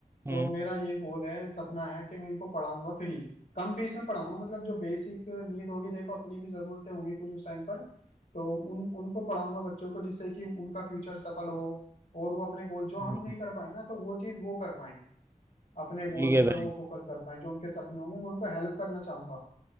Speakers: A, on the right (about 15°); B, on the left (about 65°).
A: हम्म
B: तो मेरा ये गोल है सपना है कि मैं इनको पढ़ाऊंगा फ्री कम फीस में पढ़ाऊंगा मतलब जो बेसिक नीड होगी देखो अपनी भी जरूरतें होंगी कुछ उस टाइम पर तो उन उनको पढ़ाऊंगा बच्चों को जिससे कि उनका फ्यूचर सफल हो और वो अपने गोल जो हम
A: हम्म,
B: नहीं कर पाए ना तो वो चीज वो कर पाए अपने गोल्स
A: ठीक है
B: पर
A: भाई
B: वो फोकस कर पाए जो उनके सपने होंगे मैं उनको हेल्प करना चाहूंगा